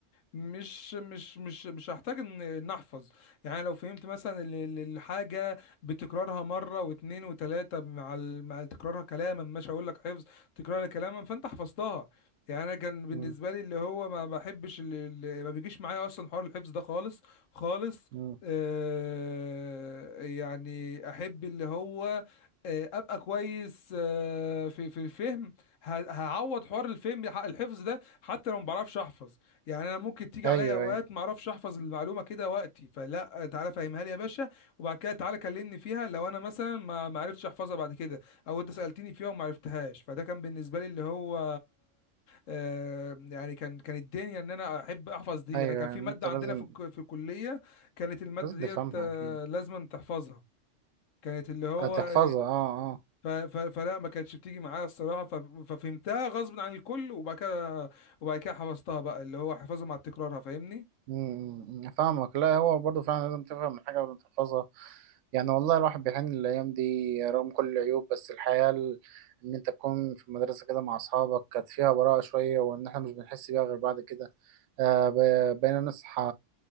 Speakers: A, on the left; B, on the right.
A: مش مش مش مش هحتاج ان إن احفظ يعني لو فهمت مثلا ال- ال- الحاجه بتكرارها مره واتنين وتلاته مع ال- مع تكرارها كلاما مش هقول لك حفظ تكرارها كلاما فانت حفظتها يعني انا كان بالنسبه
B: مم.
A: لي اللي هو ما بحبش اللي اللي ما بيجيش معايا اصلا حوار الحفظ ده خالص خالص
B: مم.
A: آه يعني احب اللي هو آه ابقى كويس آه في في الفهم ه- هعوض حوار الفهم ح- الحفظ ده حتى لو ما بعرفش احفظ يعني انا ممكن تيجي
B: ايوه
A: عليا اوقات
B: ايوه
A: ما اعرفش احفظ المعلومه كده وقتي فلا تعالى فهمها لي يا باشا وبعد كده تعالى كلمني فيها لو انا مثلا ما ما عرفتش احفظها بعد كده او انت سالتني فيها وما عرفتهاش فده كان بالنسبه لي اللي هو آه، يعني كان كان الدنيا ان انا احب احفظ دي
B: ايوه
A: يعني كان
B: يعني
A: في ماده
B: انت
A: عندنا
B: لازم
A: في الك- في الكليه كانت الماده
B: لازم
A: ديت
B: تفهمها
A: آه،
B: اكيد
A: لازم تحفظها كانت اللي هو
B: هتحفظها اه اه
A: ف- ف- فلا ما كانتش بتيجي معايا الصراحه ف- ففهمتها غصب عن الكل وبعد كده وبعد كده حفظتها بقى اللي هو حفظها مع تكرارها فاهمني
B: أمم، فاهمك لا هو برضه فعلا لازم تفهم الحاجة قبل ما تحفظها يعني والله الواحد بيحن للأيام دي رغم كل العيوب بس الحياة ال- إن أنت تكون في المدرسة كده مع أصحابك كانت فيها براءة شوية وإن إحنا مش بنحس بيها غير بعد كده آه، ب- بقينا نصحى